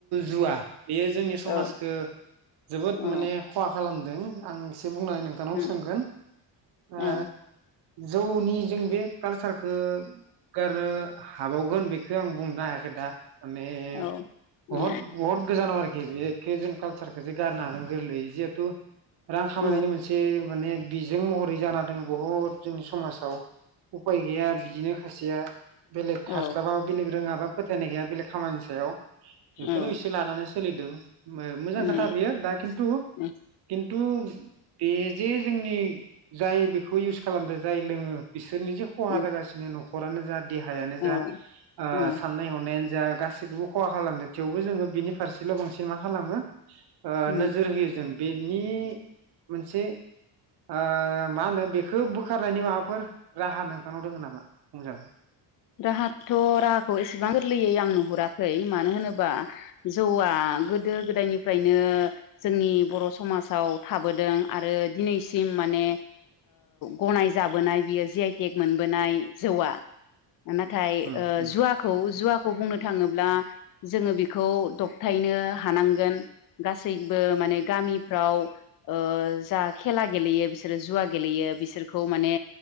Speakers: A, on the right; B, on the left.
A: जुवा बेयो जोंनि समाजखो
B: औ
A: जोबोद
B: औ
A: माने खालामदों आं एसे बुंनानै नोंथांनाव
B: उम
A: सोंगोन ओ
B: औ
A: जौनि जों बे कालसारखो गारनो हाबावगोन बेखो आं बुंनो हायाखै दा। माने
B: औ
A: बहत
B: ओ
A: बहत गोजानाव आरो खि बे एखे जों कालसार खो जे गारनो हागोन गोरलै जिहेथु रां खामनायनि
B: ओ
A: मोनसे बे माने बिजों महरै जाना दों बहत जोंनि समाजाव उफाय गैया बिदिनो खायसेया बेलेग हास्लाबाबा
B: औ
A: बेलेग रोङाबा फोथायनाय गैया बेलेग खामानि सायाव बेखोनो
B: औ
A: एसे लानानै सोलिदों मो मोजां
B: उम
A: खोथा बेयो दा खिन्थु
B: उम
A: खिनथु बे जे जोंनि जाय बेखौ इउस खालामदो जाय लोङो बिस सोरनि जे खहा
B: उम
A: जागासिनो न' नखरानो जा देहायानो
B: औ
A: जा ओ
B: औ
A: साननाय हनाया जा गासैखौबो खहा खालामदो थेवबो जोङो बिनि फारसेल' बांसिन मा खालामो ओ
B: उम
A: नोजोर होयो जों। बेनि मोनसे ओ मा होनो बेखौ बोखारनायनि माबाफोर राहा नोंथांनाव दङ नामा मोजां?
B: राहाथ राहाखौ एसेबां गोरलैयै आं नुहुरा खै मानो होनोबा जौवा गोदो गोदायनिफ्रायनो जोंनि बर' समाजाव थाबोदों आरो दिनैसिम माने गनाय जाबोनाय बियो जि आइटेक मोनबोनाय जौवा नाथाय
A: उम
B: ओ
A: उम
B: जुवाखौ जुवाखौ बुंनो थाङोब्ला जोङो बेखौ दबथायनो हानांगोन गास गासैबो माने गामिफ्राव ओ जा खेला गेलेयो बिसोरो जुवा गेलेयो बिसोरखौ माने